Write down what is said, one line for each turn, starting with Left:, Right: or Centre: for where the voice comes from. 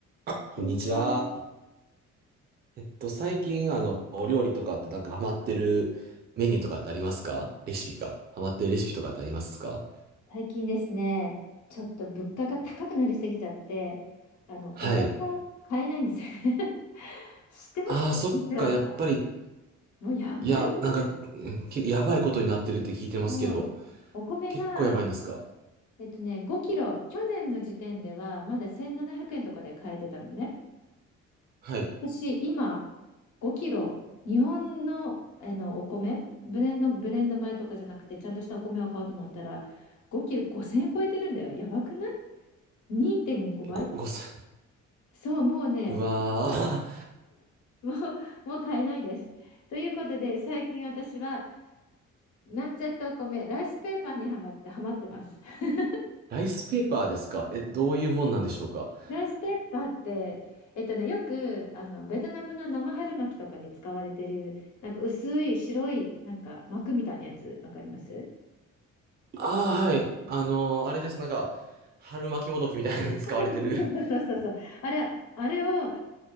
Right: あ、こんにちは。
Left: こんにちは。
Right: えっと、最近、あの、お料理とかってなんかハマってるメニューとかってありますかレシピか。ハマってるレシピとかってありますか
Left: 最近ですね、ちょっと物価が高くなりすぎちゃって、あの、
Right: はい。
Left: お米が買えないんですよね。<laughs> 知ってますかいくらか。
Right: ああ、そっか、やっぱり、
Left: もうやばいですよ。
Right: いや、なんか、うんけやばいことになってるって聞いてますけど、
Left: そう。お米が、
Right: 結構やばいんですか
Left: えっとね、5キロ、去年の時点ではまだ1700円とかで買えてたのね。
Right: はい。
Left: 私、今、5キロ、日本の、あのお米、ブレンド、ブレンド米とかじゃなくて、ちゃんとしたお米を買おうと思ったら、5キロ5000円超えてるんだよ。やばくない ?2.5 倍。
Right: えご、ごせ、
Left: そう、もうね、
Right: <laughs> うわー
Left: <laughs> もう、<laughs> もう買えないです。ということで、最近私は、なんちゃってお米、ライスペーパーにはまって、はまってます。<laughs>
Right: <laughs> ライスペーパーですかえ、どういうもんなんでしょうか
Left: ライスペーパーって、えっとね、よく、あの、ベトナムの生春巻きとかに使われてる、なんか薄い白い、なんか膜みたいなやつ、わかります
Right: ああー、はい。あのーあれです。なんか、春巻きもどきみたいなのに使われてる。
Left: <laughs>
Right: <laughs>
Left: そうそうそう。あれ、あれを、